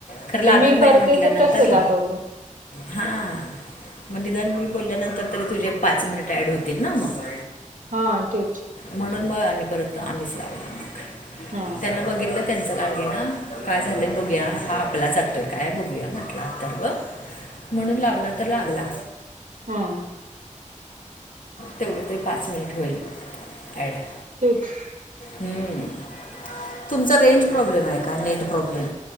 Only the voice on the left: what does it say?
खरं लागत
नाही
म्हंटल्यानंतर
हा मग निदान मी बोलल्यानंतर तरी तुझे पाच मिनिट ऍड होतील ना मग
म्हणून म आणि परत आम्हीच लावला.
त्यांना बघितलं त्यांचं लागेना. काय झालं बघूया. हा आपला जातोय काय बघूया म्हटला अथर्व म्हणून लावला तर लागला.
तेवढं तरी पाच मिनिट होईल ॲड
हम्म रेंज प्रॉब्लेम आहे का? Net problem?